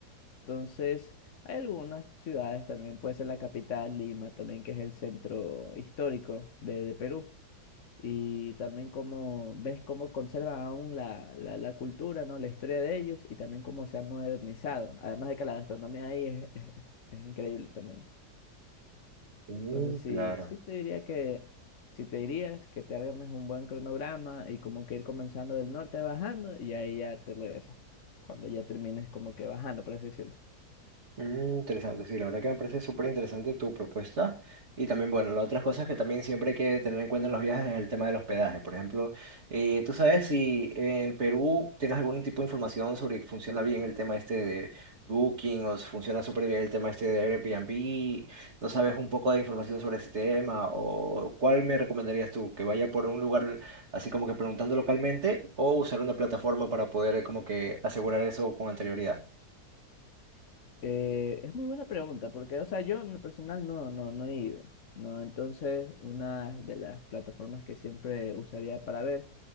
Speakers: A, on the left; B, on the right.
A: Entonces, hay algunas ciudades también, puede ser la capital, Lima, también, que es el centro histórico de, de Perú y también cómo ves cómo conservan aún la, la, la cultura, ¿no? La historia de ellos y también cómo se han modernizado. Además de que la gastronomía ahí es, es, es- es increíble también.
B: Mm,
A: Entonces, sí,
B: claro.
A: sí te diría que, si te dirías que te armes un buen cronograma y como que ir comenzando del norte bajando y ahí ya te regresas, cuando ya termines como que bajando, por así decirlo.
B: Mm, interesante, sí, la verdad que me parece súper interesante tu propuesta. Y también, bueno, las otras cosas que también siempre hay que tener en cuenta en los viajes es el tema del hospedaje. Por ejemplo, eh, ¿tú sabes si en Perú tienes algún tipo de información sobre que funciona bien el tema este de Booking o si funciona súper bien el tema este de Airbnb? ¿No sabes un poco de información sobre ese tema? ¿O cuál me recomendarías tú? ¿Que vaya por un lugar así como que preguntando localmente o usar una plataforma para poder eh, como que asegurar eso con anterioridad?
A: Eh, es muy buena pregunta, porque, o sea, yo en lo personal no, no, no he ido, ¿no? Entonces, una de las plataformas que siempre usaría para ver,